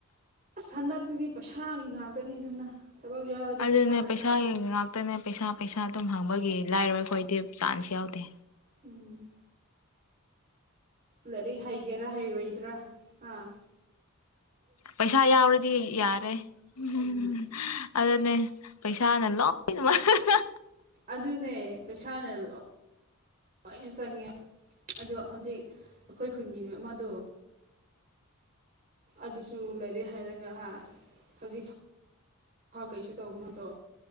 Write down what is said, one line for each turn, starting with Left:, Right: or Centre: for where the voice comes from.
Right: ꯍꯟꯗꯛꯇꯨꯗꯤ ꯄꯩꯁꯥꯒꯤ ꯉꯥꯛꯇꯅꯤꯗꯅ꯫ ꯊꯕꯛ ꯌꯥꯎꯔꯗꯤ
Left: ꯑꯗꯨꯗꯅꯦ
Right: ꯄꯩꯁꯥ ꯄꯩꯁꯥꯗꯨꯅꯤ
Left: ꯄꯦꯁꯥꯥꯒꯤ ꯉꯥꯛꯇꯅꯦ꯫ ꯄꯩꯁꯥ ꯄꯩꯁꯥ ꯑꯗꯨꯝ ꯍꯪꯕꯒꯤ ꯂꯥꯏꯔꯕ ꯑꯩꯈꯣꯏꯗꯤ ꯆꯥꯟꯁ ꯌꯥꯎꯗꯦ꯫
Right: ꯎꯝ꯫ ꯂꯩꯔꯤꯛ ꯍꯩꯒꯦꯔꯥ ꯍꯩꯔꯣꯏꯗ꯭ꯔꯥ ꯑꯥ꯫
Left: ꯄꯩꯁꯥ ꯌꯥꯎꯔꯗꯤ ꯌꯥꯔꯦ ꯍꯥꯍꯍꯨꯝ
Right: ꯎꯝ
Left: ꯑꯗꯨꯅꯦ ꯄꯩꯁꯥꯅ ꯂꯣꯏ ꯅꯃꯛ ꯍꯥꯍꯍꯥ
Right: ꯑꯗꯨꯅꯦ ꯄꯩꯁꯥꯅ ꯂꯣ ꯂꯣꯏꯅ ꯆꯪꯉꯦ ꯑꯗꯣ ꯍꯧꯖꯤꯛ ꯑꯩꯈꯣꯏ ꯈꯨꯟꯒꯤꯅꯤ ꯑꯃꯗꯣ꯫ ꯑꯗꯨꯁꯨ ꯂꯩꯔꯤꯛ ꯍꯩꯔꯒ ꯍꯥ ꯍꯧꯖꯤꯛꯐ ꯍꯥ ꯀꯩꯁꯨ ꯇꯧꯕ ꯉꯠꯇ꯭ꯔꯣ꯫